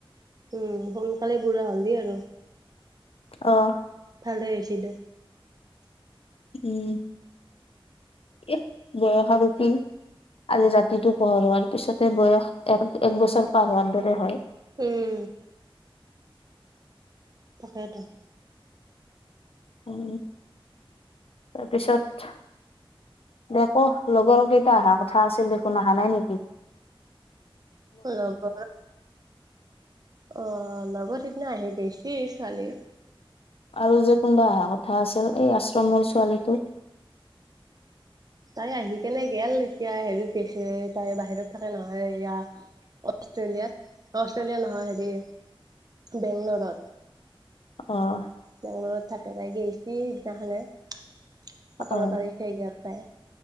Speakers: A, on the right (about 45°); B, on the left (about 85°).
A: উম সোনকালে বুঢ়া হলি আৰু।
B: অ।
A: ভালে হয়ছি দে।
B: উম। ই বয়স আৰু কি? আজি ৰাতিটো পোহৰোৱাৰ পিছতে বয়স এক এক বছৰ পাৰ হোৱাৰ দৰে হয়।
A: উম। তাকেতো।
B: উম তাৰপিছত দে ক লগৰ কেইটা অহা কথা আছিল দেখোন আহা নাই নেকি?
A: লগৰ অ' লগত সিদিনা আহি গৈছি ছোৱালী
B: আৰু যে কোনোবা অহা কথা আছিল এই আশ্ৰমৰ ছোৱালীটো?
A: তাই আহি কিনে গেল, এতিয়া হেৰিত গেছে তাই বাহিৰত থাকে নহয়। ইয়া অষ্ট্ৰেলিয়াত অষ্ট্ৰেলিয়া নহয় হেৰি বেংগলৰত।
B: অ'
A: বেংলৰত থাকে তাই গৈছি সিদিনাখনে, সোতৰ
B: অ
A: তাৰিখে গেলি তাই।